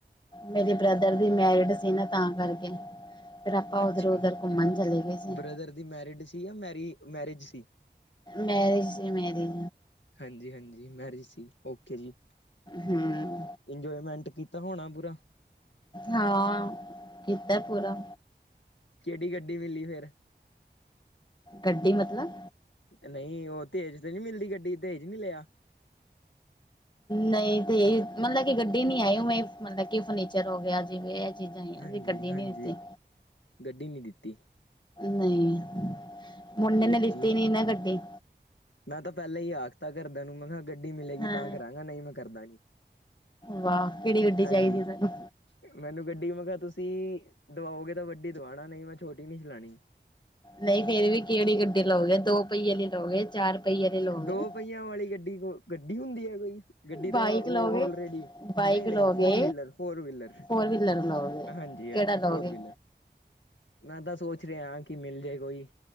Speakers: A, on the left; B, on the left.
A: ਮੇਰੇ ਬ੍ਰਦਰ ਦੀ ਮੈਰਿਡ ਸੀ ਨਾ ਤਾਂ ਤਾ ਕਰਕੇ, ਫਿਰ ਆਪਾਂ
B: ਅੱਛਾ
A: ਉਧਰੋਂ ਉਧਰ ਘੁੰਮਣ ਚਲੇ ਗਏ ਸੀ।
B: ਬ੍ਰਦਰ ਦੀ ਮੈਰਿਡ ਸੀ। ਸੀ ਆ ਮੈਰੀ-ਮੈਰਿਜ ਸੀ।
A: ਮੈਰਿਜ ਸੀ ਮੈਰਿਜ।
B: ਹਾਂਜੀ, ਹਾਂਜੀ ਮੈਰਿਜ ਸੀ ਓਕੇ ਜੀ।
A: ਹੂੰ।
B: ਇੰਜੋਏਮੈਂਟ ਕੀਤਾ ਹੋਣਾ ਪੂਰਾ?
A: ਹਾਂ, ਕਿਤਾ ਸੀਗਾ।
B: ਕਿਹੜੀ ਗੱਡੀ ਮਿਲੀ ਫੇਰ?
A: ਗੱਡੀ ਮਤਲਬ।
B: ਨਈ ਉਹ ਤੇ ਦਹੇਜ ਤੇ ਨਈ ਮਿਲਦੀ ਗੱਡੀ ਦੇਹਜ ਨਈ ਲਿਆ?
A: ਨਈ ਦੇਹਜ ਮਤਲਬ ਕਿ ਗੱਡੀ ਨੀ ਆਈ ਉਵੇਂ ਮਤਲਬ ਕਿ ਫਰਨੀਚਰ ਹੋ ਗਿਆ ਜਿਵੇਂ ਚੀਜ਼ਾਂ ਹੋ ਗਿਆ,
B: ਹਾਂਜੀ
A: ਅਸੀਂ ਗੱਡੀ
B: ਹਾਂਜੀ।
A: ਨੀ ਲਿੱਤੀ।
B: ਗੱਡੀ ਨੀ ਦਿੱਤੀ
A: ਨਈ ਮੁੰਡੇ
B: ਠੀਕ
A: ਨੇ ਲਿੱਤੀ
B: ਜੀ।
A: ਨੀ ਨਾ ਗੱਡੀ।
B: ਮੈਂ ਤਾਂ ਪਹਿਲਾਂ ਹੀ ਆਖਤਾ ਘਰਦਿਆਂ ਨੂੰ ਮੈਂ ਕਿਹਾ ਗੱਡੀ ਮਿਲੇਗੀ
A: ਹਾਂ
B: ਤਾਂ ਕਰਾਂਗਾ ਨਈ ਮੈਂ ਕਰਦਾ ਨੀ।
A: ਵਾਹ, ਕਿਹੜੀ ਗੱਡੀ
B: ਹਾਂਜੀ
A: ਚਾਈਦੀ ਤੁੈਨੂੰ?
B: ਮੈਨੂੰ ਗੱਡੀ ਮੈਂ ਕਿਹਾ ਤੁਸੀਂ ਦਵਾਓਗੇ ਤਾਂ ਵੱਡੀ ਦਵਾਣਾ ਨਈ ਮੈਂ ਛੋਟੀ ਨਈ ਚਲਾਣੀ।
A: ਨਈ ਫੇਰ ਵੀ ਕਿਹੜੀ ਗੱਡੀ ਲਓਗੇ ਦੋ ਪਹੀਏ ਵਾਲੀ ਲਓਗੇ ਚਾਰ ਪਹੀਏ ਲਈ ਲਓਗੇ
B: ਦੋ ਪਹੀਆਂ ਵਾਲੀ ਗੱਡੀ ਕੋ ਗੱਡੀ ਹੁੰਦੀ ਹੈ ਕੋਈ ਗੱਡੀ ਤੋਂ
A: ਬਾਈਕ ਲਓਗੇ
B: ਉਹ ਆੱਲਰੇਡੀ
A: ਬਾਈਕ
B: ਨਈ-
A: ਲਓਗੇ
B: ਨਈ four wheeler, four wheeler
A: four wheeler ਲਓਗੇ
B: ਹਾਂਜੀ,
A: ਕਿਹੜਾ
B: ਹਾਂਜੀ
A: ਲਓਗੇ
B: ਫੋਰ ਵੀਲਰ। ਮੈਂ ਤਾਂ ਸੋਚ ਰਿਹਾ, ਕਿ ਮਿਲ ਜਾਏ ਕੋਈ